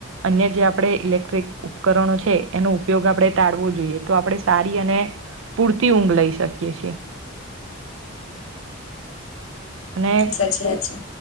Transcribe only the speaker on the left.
સાચી વાત છે